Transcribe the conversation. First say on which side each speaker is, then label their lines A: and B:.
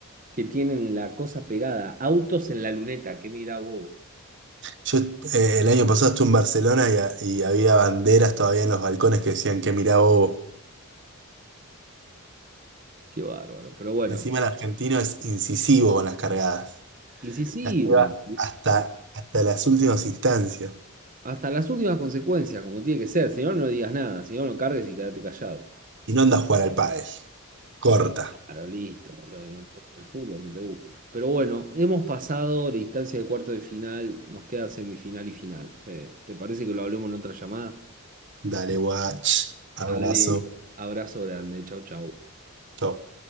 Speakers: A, on the right (about 35°); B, on the right (about 55°).
A: que tienen la cosa pegada, autos en la luneta, que mirá bobo?
B: Yo eh, el año pasado estuve en Barcelona y, ha- y había banderas todavía en los balcones que decían que mirá bobo.
A: Qué bárbaro, pero bueno,
B: Encima el argentino es incisivo con las cargadas.
A: incisivo,
B: Lleva Hasta, hasta las últimas instancias.
A: hasta las últimas consecuencias, como tiene que ser. Si no, no digas nada. Si no, no cargues y quédate callado.
B: Y no anda a jugar al pádel. Corta.
A: Eh, Claro, listo, boludo, no te gusta el fútbol, no te gusta. Pero bueno, hemos pasado la instancia de cuarto de final, nos queda semifinal y final. Fede, ¿te parece que lo hablemos en otra llamada?
B: Dale, watch. Abrazo.
A: Dale, abrazo grande, chau, chau.
B: Chau.